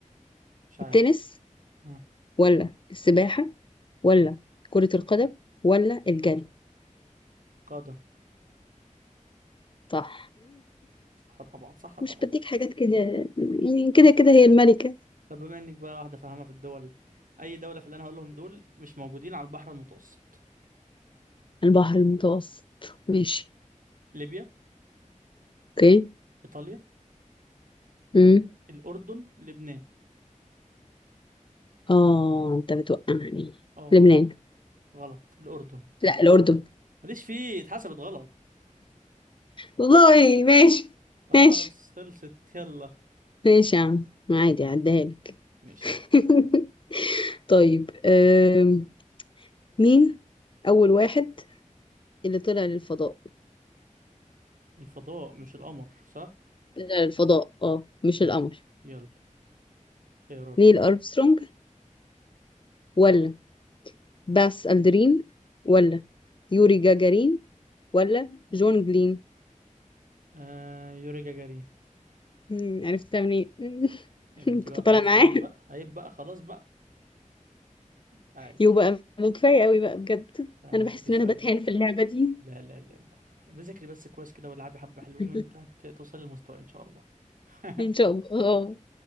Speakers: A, on the right; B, on the left.
A: مش عارف
B: التنس
A: ها
B: ولا السباحة ولا كرة القدم ولا الجري
A: قادم
B: صح
A: صح طبعا
B: <laughs>
A: صح طبعا
B: مش بديك حاجات كده يعني كده كده هي الملكة
A: طب بما انك بقى واحدة فاهمة في الدول أي دولة في اللي أنا هقولهم دول مش موجودين على البحر المتوسط
B: البحر المتوسط ماشي
A: ليبيا
B: اوكي
A: إيطاليا
B: امم
A: الأردن لبنان
B: اه انت بتوقعني
A: اه
B: لبنان
A: غلط الأردن
B: لا الأردن
A: ماليش فيه اتحسبت غلط
B: والله ماشي
A: خلاص
B: ماشي
A: خلصت يلا
B: ماشي يا عم عادي عديها لك
A: ماشي
B: <laughs> طيب أم. مين أول واحد اللي طلع للفضاء
A: الفضاء مش القمر صح
B: طلع للفضاء اه مش
A: يلا
B: القمر
A: يلا خياراتك
B: نيل أرمسترونج ولا باس ألدرين ولا يوري جاجارين ولا جون جلين
A: آه يوري جاجارين
B: مم، عرفتها منين
A: يا
B: <laughs>
A: بنتي
B: كنت
A: بقى
B: طالعة
A: خلاص
B: معاه
A: عيب بقى عيب بقى خلاص بقى تعالي
B: يبقى كفاية قوي بقى بجد
A: تعالي
B: أنا
A: اديكي
B: بحس
A: سؤال
B: إن أنا بتهان
A: بقى
B: في اللعبة دي
A: لا لا لا لا بذاكري بس كويس كده والعبي حبة حلوين
B: <laughs>
A: وانت هتوصلي للمستوى ان شاء الله <laughs>
B: إن شاء الله اه